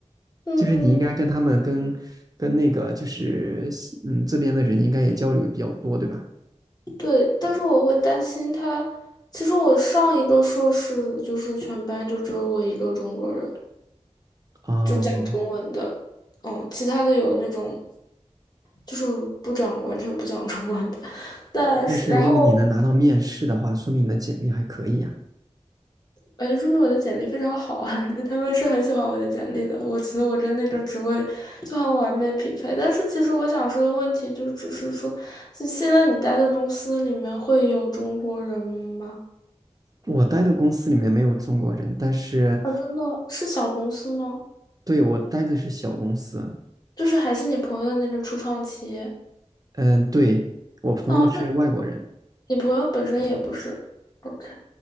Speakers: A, on the left (about 35°); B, on the right (about 30°).
A: 嗯，
B: 就是你应该跟他们跟跟那个就是嗯这边的人应该也交流比较多，对吧？
A: 对，但是我会担心他。其实我上一个硕士就是全班就只有我一个中国人，
B: 啊、
A: 就讲中文的，嗯，其他的有那种就是不讲完全不讲中文的，但是然后
B: 但是如果你能拿到面试的话，说明你的简历还可以啊。
A: 哎，说明我的简历非常好啊，<laughs> 他们是很喜欢我的简历的，我觉得我跟那个职位就很完美匹配。但是其实我想说的问题就只是说，现现在你待的公司里面会有中国人吗？
B: 我待的公司里面没有中国人，但是
A: 啊，真的是小公司吗？
B: 对我待的是小公司。
A: 就是还是你朋友的那个初创企业？
B: 嗯，对，我朋友是外国人。
A: 哦，那你朋友本身也不是，OK。